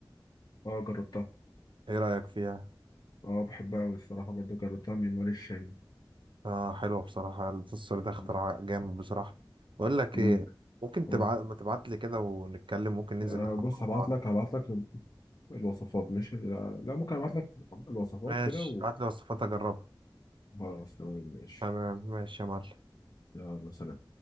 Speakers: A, on the left; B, on the right.
A: اه جربتها
B: ايه رأيك فيها
A: اه بحبها قوي الصراحه برضه جربتها من وادي الشام
B: آه حلوة بصراحة البطاطس السوري ده اختراع
A: مم.
B: جامد بصراحة بقول لك
A: مم.
B: ايه ممكن
A: مم.
B: تبعت ما تبعت لي كده ونتكلم ممكن ننزل
A: آه
B: ناكل
A: بص
B: مع
A: هبعت
B: بعض
A: لك
B: كده.
A: هبعت لك الوصفات ماشي لا, لا ممكن ابعت لك الوصفات
B: ماشي
A: كده
B: بعت لي وصفات اجربها
A: وخلاص تمام ماشي
B: تمام ماشي يا معلم
A: يلا سلام